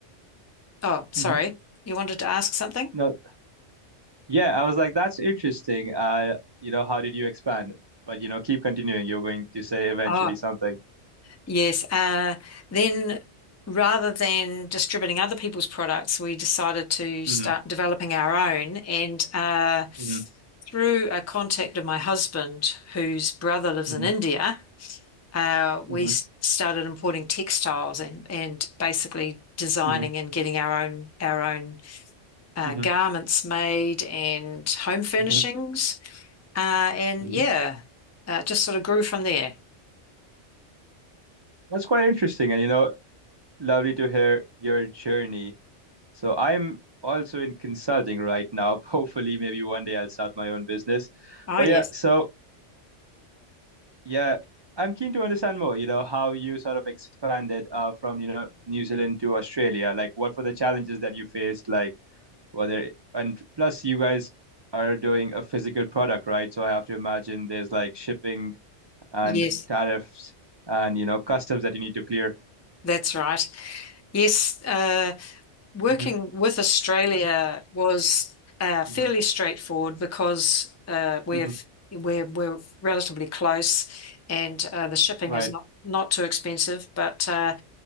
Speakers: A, on the left; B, on the right.
A: oh, sorry,
B: hmm
A: you wanted to ask something?
B: No, yeah, I was like, that's interesting. Uh, you know, how did you expand? But, you know, keep continuing. You're going to say eventually
A: Oh.
B: something.
A: Yes. Uh, then rather than distributing other people's products, we decided to start
B: hmm
A: developing our own. And uh,
B: hmm
A: through a contact of my husband, whose brother lives
B: hmm
A: in India, uh, we
B: hmm
A: s- started importing textiles and, and basically designing
B: hmm
A: and getting our own our own uh,
B: hmm
A: garments made and home furnishings.
B: hmm
A: Uh, and
B: hmm
A: yeah, uh, just sort of grew from there.
B: That's quite interesting, and you know, lovely to hear your journey. So I'm also in consulting right now. <laughs> Hopefully, maybe one day I'll start my own business.
A: Oh,
B: But
A: yes.
B: yeah, so yeah, I'm keen to understand more, you know, how you sort of expanded uh, from, you know, New Zealand to Australia. Like, what were the challenges that you faced? Like, whether, and plus, you guys are doing a physical product, right? So I have to imagine there's like shipping and
A: Yes,
B: tariffs and you know customs that you need to clear.
A: that's right. Yes, uh, working
B: hmm
A: with Australia was uh, fairly
B: hmm
A: straightforward because uh, we're
B: hmm
A: we're we're relatively close, and uh, the shipping
B: Right.
A: is not not too expensive. But uh,